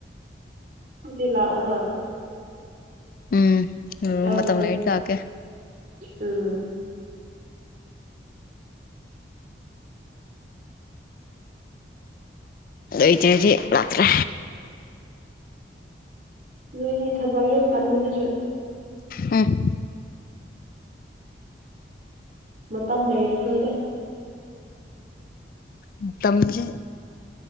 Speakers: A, on the right; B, on the left.
A: ꯑꯗꯨꯗꯤ ꯂꯥꯛꯑꯣꯅ
B: ꯎꯝ ꯅꯣꯡ
A: ꯂꯧ
B: ꯃꯇꯝ
A: ꯂꯤꯡꯉ
B: ꯂꯩꯔꯗꯤ ꯂꯥꯛꯀꯦ
A: ꯎꯝ
B: ꯂꯩꯇꯗꯤ ꯂꯥꯛꯇ꯭ꯔꯦ
A: ꯅꯣꯏꯗꯤ ꯊꯕꯛ ꯌꯥꯝ ꯀꯟꯕꯅꯤꯅ
B: ꯎꯝ
A: ꯃꯇꯝ ꯂꯩꯔꯔꯣꯏꯗ
B: ꯃꯇꯝꯖꯦ